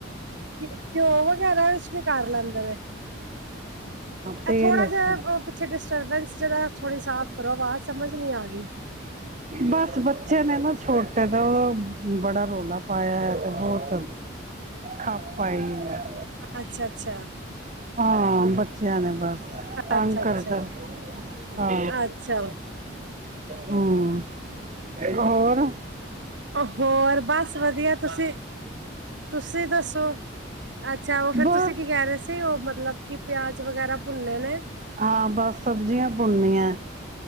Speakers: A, on the right; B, on the right.
A: ਘਿਓ ਵਗੈਰਾ ਵਿੱਚ ਵੀ ਕਰ ਲੈਂਦੇ ਨੇ
B: ਤੇਲ
A: ਇਹ ਥੋੜਾ
B: ਵਿਚ।
A: ਜਿਹਾ ਪਿੱਛੇ ਡਿਸਟਰਬੈਂਸ ਜਿਹੜਾ ਥੋੜੀ ਸਾਫ਼ ਕਰੋ ਆਵਾਜ਼ ਸਮਝ ਨੀ ਆ ਰਹੀ
B: ਬੱਸ, ਬੱਚੇ ਨੇ ਨਾ। ਛੋਟੇ ਨੇ, ਓ ਬੜਾ ਰੌਲਾ ਪਾਯਾ ਹਯੈ, ਤੇ ਬੋਤ ਖੱਪ। <unintelligible> <unintelligible>
A: ਅੱਛਾ, ਅੱਛਾ।
B: ਹਾਂ, ਬੱਚਯਾਂ ਨੇ ਬੱਸ, ਤੰਗ
A: ਅੱਛਾ
B: ਕਰਦੈ,
A: ਅੱਛਾ
B: ਹਾਂ।
A: ਅੱਛਾ
B: ਹੂਂ, ਹੋਰ।
A: ਅ ਹੋਰ, ਬਸ ਵਦੀਐ‌‌‌, ਤੁਸੀ-ਤੁਸੀ ਦੱਸੋ। ਅੱਛਾ, ਓ ਫੇਰ
B: ਬਸ
A: ਤੁਸੀ ਕੀ ਕੈ ਰੇ ਸੀ, ਓ ਮਤਲਬ ਕਿ ਪਯਾਜ ਵਗੈਰਾ ਭੁਨਣੇ ਨੇ।
B: ਹਾਂ ਸਬਜ਼ੀਆਂ ਪੁੰਣਨੀਐ।